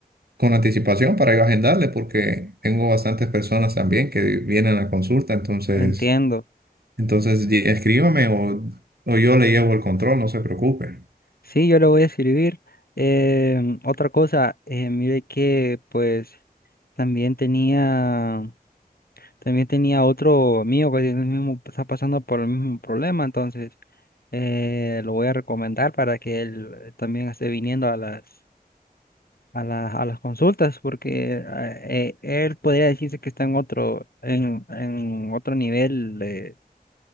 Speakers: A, on the right (about 75°); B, on the left (about 70°).
A: con anticipación para yo agendarle porque tengo bastantes personas también que vienen a consulta, entonces,
B: entiendo.
A: entonces di- escríbame o, o yo le llevo el control, no se preocupe.
B: Sí, yo le voy a escribir. Em, otra cosa, eh, mire que pues también tenía... También tenía otro mío que tiene el mismo- está pasando por el mismo problema, entonces eh, lo voy a recomendar para que él también esté viniendo a las, a las, a las consultas, porque ah, eh, él podría decirse que está en otro, en, en otro nivel de,